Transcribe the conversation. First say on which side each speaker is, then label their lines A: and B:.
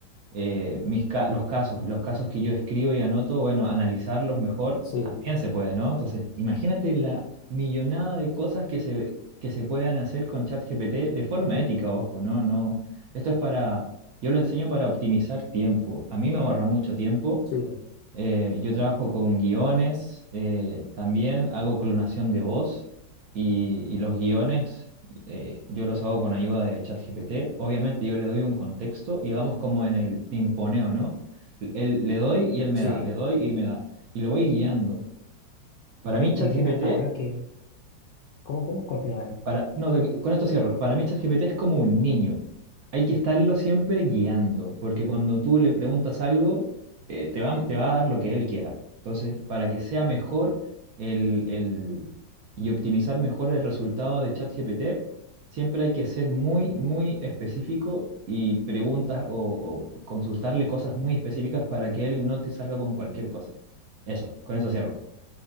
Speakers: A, on the right; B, on the left.
A: eh, mis ca- los casos, los casos que yo escribo y anoto, bueno, analizarlos mejor
B: sí,
A: también se puede, ¿no? Entonces, imagínate la millonada de cosas que se, que se puedan hacer con ChatGPT de forma ética, ojo, ¿no? No, esto es para, yo lo enseño para optimizar tiempo. A mí me ahorra mucho tiempo
B: sí,
A: eh, yo trabajo con guiones, eh, también hago clonación de voz y, y los guiones eh, yo los hago con ayuda de ChatGPT. Obviamente yo le doy un contexto y vamos como en el pimponeo, ¿no? Él, le doy y él me
B: sí.
A: da, le doy y me da. Y lo voy guiando. Para mí ChatGPT
B: Y mira, ahora que, ¿cómo, cómo continúan?
A: Para, no, te- con esto cierro. Para mí ChatGPT es como un niño. Hay que estarlo siempre guiando, porque cuando tú le preguntas algo, eh, te va, te va a dar lo que él quiera. Entonces, para que sea mejor el, el- y optimizar mejor el resultado de ChatGPT, siempre hay que ser muy, muy específico y preguntas o, o consultarle cosas muy específicas para que él no te salga con cualquier cosa. Eso, con eso cierro.